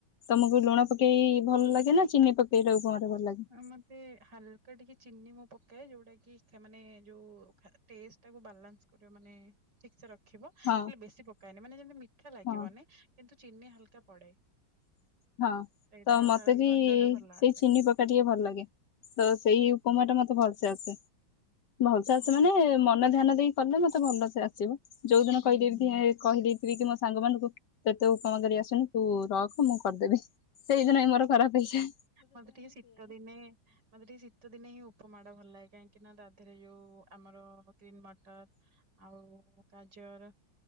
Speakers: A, on the left; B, on the right.
A: ତମକୁ ଲୁଣ ପକେଇ ଭଲ ଲାଗେ ନା ଚିନି ପକେଇ <unintelligible> ଭଲ ଲାଗେ?
B: ମତେ ହାଲକା ଟିକେ ଚିନି ମୁଁ ପକାଏ ଯୋଉଟା କି ମାନେ ଯୋଉ ଟେଷ୍ଟ ଟାକୁ ବାଲାନ୍ସ କରିବ ମାନେ ଠିକ ସେ ରଖିବ ହେଲେ
A: ହଁ
B: ବେଶୀ ପକାଏନି ମାନେ ଯେମିତି ମିଠା ଲାଗିବନି
A: ହଁ
B: କିନ୍ତୁ ଚିନି ହାଲକା ପଡେ।
A: ହଁ
B: ସେଇଟା
A: ତ ମତେ
B: ତାର ସ୍ଵାଦ
A: ବି
B: ଟା ଭଲ
A: ସେଇ
B: ଆସେ।
A: ଚିନି ପକେଇ ତାର ଟିକେ ଭଲ ଲାଗେ ତ ସେଇ ଉପମା ଟା ମତେ ଭଲସେ ଆସେ। ଭଲସେ ଆସେ
B: ହଁ
A: ମାନେ ମନେ ଧ୍ୟାନ ଦେଇ କଲେ ମତେ ଭଲସେ ଆସିବ ଯୋଉ ଦିନ
B: ହୁଁ
A: କହିବେ
B: ହୁଁ
A: ଏ କହିଦେଇଥିବି କି ମୋ ସାଙ୍ଗ ମାନଙ୍କୁ ତତେ ଉପମା କରି ଆସୁନି ତୁ ରଖ ମୁଁ କରିଦେବି ସେଇଦିନ ହିଁ ମୋର ଖରାପ ହେଇଯା
B: ମତେ ଟିକେ ଶିତ ଦିନେ ମତେ ଟିକେ ଶୀତ ଦିନେ ହିଁ ଉପମାଡା ଭଲ ଲାଗେ କାହିଁକି ନା ତା ଧେରେ ଯୋଉ ଆମର ଗ୍ରୀନ୍ ମଟର ଆଉ ଗାଜର।